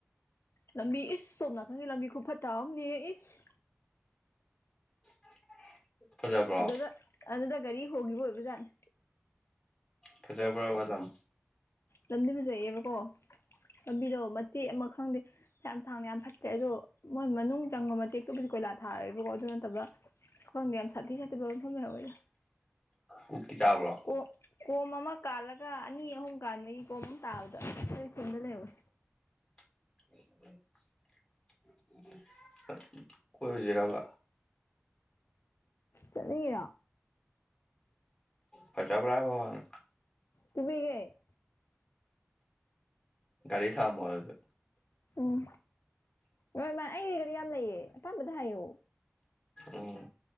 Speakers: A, on the left; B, on the left.
A: ꯂꯝꯕꯤ ꯏꯁ ꯁꯣꯝꯅꯥ ꯅꯪꯒꯤ ꯂꯝꯕꯤ ꯈꯨꯐꯠꯇ ꯑꯝꯅꯦꯍꯦ ꯏꯁ
B: <inaudible> ꯐꯖꯕ꯭ꯔꯣ
A: ꯑꯗꯨꯗ ꯑꯗꯨꯗ ꯒꯥꯔꯤ ꯍꯣꯒꯤꯕ ꯑꯣꯏꯕꯖꯥꯠꯅꯦ
B: ꯐꯖꯕ꯭ꯔꯕ ꯂꯝ
A: ꯂꯝꯗꯤ ꯐꯖꯩꯑꯦꯕꯀꯣ ꯂꯝꯕꯤꯗꯣ ꯇꯦ ꯑꯃ ꯈꯪꯗꯦ ꯌꯥꯝ ꯁꯥꯡꯅ ꯌꯥꯝ ꯐꯠꯇ꯭ꯔꯦ ꯑꯗꯣ ꯃꯣꯏ ꯃꯅꯨꯡꯗ ꯈꯪ ꯃꯇꯦꯛꯇꯨꯕꯨꯗꯤ ꯀꯣꯏꯂꯥ ꯊꯥꯔꯦꯕꯀꯣ ꯑꯗꯨ ꯅꯠꯇꯕ ꯑ ꯈꯪꯗꯦ ꯌꯥꯝ ꯁꯥꯊꯤ ꯁꯥꯊꯤꯕ ꯃꯐꯝ ꯂꯩꯍꯧꯋꯦꯗ
B: ꯀꯨꯀꯤ ꯇꯥꯕ꯭ꯔꯣ
A: ꯀꯣ ꯀꯣꯝ ꯑꯃ ꯀꯥꯜꯂꯒ ꯃꯤ ꯑꯍꯨꯝ ꯀꯥꯟꯕꯒꯤ ꯀꯣꯝ ꯑꯃ ꯇꯥꯕꯗ ꯑꯩ ꯊꯨꯟꯗ ꯂꯩꯍꯧꯋꯦ
B: <inaudible> <inaudible> ꯀꯣꯏꯔꯨꯖꯤꯔꯕ
A: ꯆꯠꯅꯤꯡꯉꯤꯔꯣ
B: ꯐꯖꯕ꯭ꯔ ꯍꯥꯏꯕꯋꯅꯦ
A: ꯄꯨꯕꯤꯒꯦ
B: ꯒꯥꯔꯤ ꯊꯃꯝꯃꯣ ꯑꯗꯨꯗꯤ
A: ꯎꯝ ꯅꯣꯏ ꯃꯥ ꯑꯩꯒꯤꯗꯤ ꯌꯥꯝ ꯂꯩꯌꯦ ꯑꯄꯥꯝꯕꯗ ꯍꯥꯏꯌꯨ
B: ꯎꯝ